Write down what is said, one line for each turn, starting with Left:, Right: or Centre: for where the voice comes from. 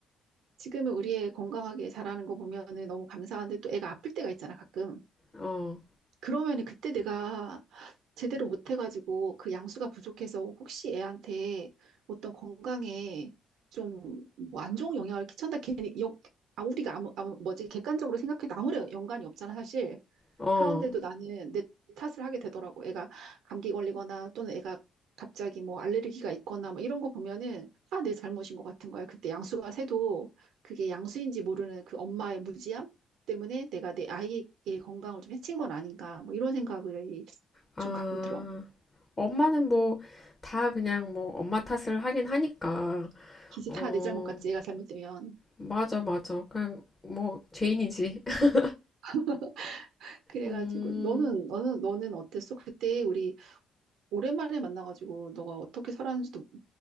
Right: 지금은 우리 애 건강하게 자라는 거 보면은 너무 감사한데 또 애가 아플 때가 있잖아, 가끔.
Left: 어,
Right: 그러면은 그때 내가 제대로 못해가지고 그 양수가 부족해서 혹시 애한테 어떤 건강에 좀 뭐 안 좋은 영향을 끼친다 괜히 영, 아 우리가 아무 아무 뭐지 객관적으로 생각해도 아무런 연관이 없잖아 사실
Left: 어.
Right: 그런데도 나는 내 탓을 하게 되더라고. 애가 감기 걸리거나 또는 애가 갑자기 뭐 알레르기가 있거나 뭐 이런 거 보면은 다 내 잘못인 것 같은 거야. 그때 양수가 새도 그게 양수인지 모르는 그 엄마의 무지함 때문에 내가 내 아이의 건강을 좀 해친 건 아닌가 뭐 이런 생각을
Left: 아,
Right: 좀 가끔 들어.
Left: 엄마는 뭐, 다 그냥 뭐, 엄마 탓을 하긴 하니까.
Right: 기지
Left: 어,
Right: 다 내 잘못 같지, 애가 잘못되면.
Left: 맞아, 맞아. 그냥 뭐, 죄인이지. <laughs>
Right: <laughs> 그래가지고
Left: 음,
Right: 너는 너는 너는 어땠어? 그때 우리 오랜만에 만나가지고 너가 어떻게 살았는지도